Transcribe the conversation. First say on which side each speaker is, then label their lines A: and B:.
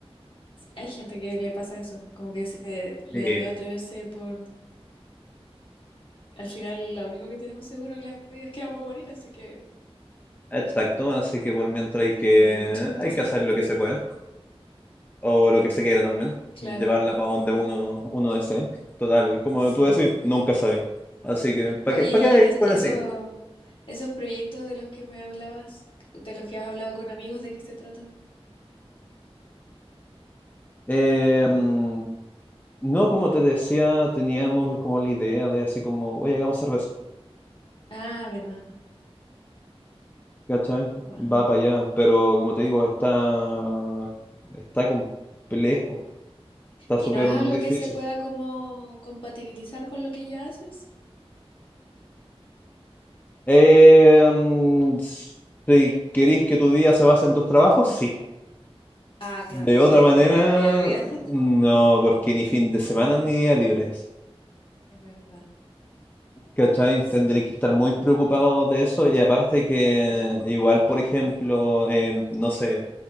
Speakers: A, on the left; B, on the left.
A: Sí, hay gente que le pasa eso, como que se le
B: Sí,
A: da miedo atreverse por, al final lo único que tenemos seguro en la vida es que vamos a morir, así que
B: exacto. Así que por mientras hay que,
A: no hay mucho
B: hay
A: que hacer.
B: que hacer lo que se pueda o lo que se quiera también.
A: Claro,
B: Llevarla para donde uno, uno desee. Total, como
A: sí.
B: tú decís, nunca sabes. Así que, ¿para
A: Oye,
B: qué,
A: y
B: para qué
A: en es-
B: con
A: eso,
B: esa idea?
A: esos proyectos de los que me hablabas, de los que has hablado con amigos, ¿de qué se tratan?
B: Eh, mm, no, como te decía, teníamos como la idea de así como, oye, hagamos cerveza.
A: Ah, verdad.
B: ¿Cachai?
A: Guau.
B: Va para allá, pero como te digo, está, está complejo, está súper
A: ¿Y no es algo
B: difícil.
A: que se pueda como compatibilizar con lo que ya haces?
B: Eh, mm, si queréis que tu día se base en tus trabajos, sí.
A: Ah, claro,
B: De otra
A: sí,
B: manera,
A: no te quedaría vida. <laughs>
B: no, porque ni fin de semana ni día libres.
A: Es verdad,
B: ¿Cachai?
A: sí.
B: Tendréis que estar muy preocupado de eso y aparte que igual, por ejemplo, eh, no sé.